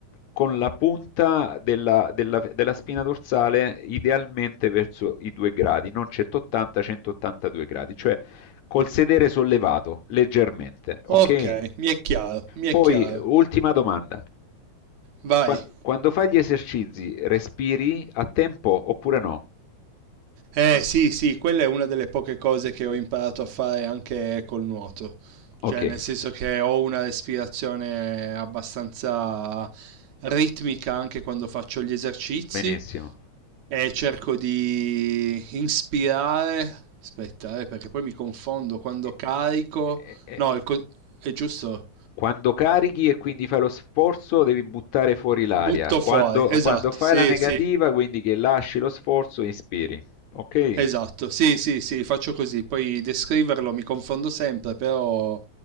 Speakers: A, on the left; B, on the right.
A: con la punta della, della- della spina dorsale idealmente verso i 2 gradi, non 180, 182 gradi, cioè col sedere sollevato leggermente, ok?
B: Ok, mi è chiaro, mi è
A: Poi,
B: chiaro.
A: ultima domanda.
B: Vai.
A: Qua- Quando fai gli esercizi, respiri a tempo oppure no?
B: Eh sì, sì, quella è una delle poche cose che ho imparato a fare anche col nuoto.
A: Ok,
B: Cioè, nel senso che ho una respirazione abbastanza ritmica anche quando faccio gli esercizi
A: benissimo.
B: e cerco di inspirare. Aspetta, eh, perché poi mi confondo quando
A: E- e-
B: carico. No,
A: e-
B: il co- è giusto.
A: Quando carichi e quindi fai lo sforzo, devi buttare fuori l'aria.
B: Butto
A: Quando,
B: fuori. Esatto,
A: quando fai
B: sì,
A: la negativa,
B: sì.
A: quindi che lasci lo sforzo, inspiri. Ok?
B: Esatto, sì, sì, sì, faccio così. Poi descriverlo mi confondo sempre, però